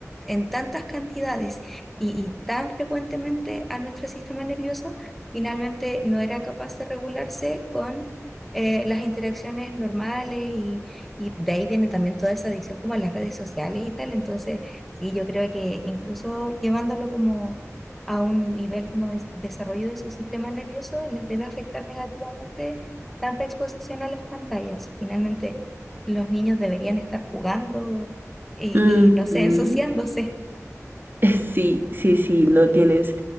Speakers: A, in the centre; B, on the right.
A: en tantas cantidades y y tan frecuentemente a nuestro sistema nervioso, finalmente no era capaz de regularse con eh, las interacciones normales y, y de ahí tiene también toda esa adicción como a las redes sociales y tal. Entonces, sí, yo creo que incluso llevándolo como a un nivel como de desarrollo de su sistema nervioso, les debe afectar negativamente tanta exposición a las pantallas. Finalmente, los niños deberían estar jugando y,
B: mm,
A: y no sé,
B: mm.
A: <laughs> ensuciándose.
B: <laughs> Sí, sí, sí, no tienes,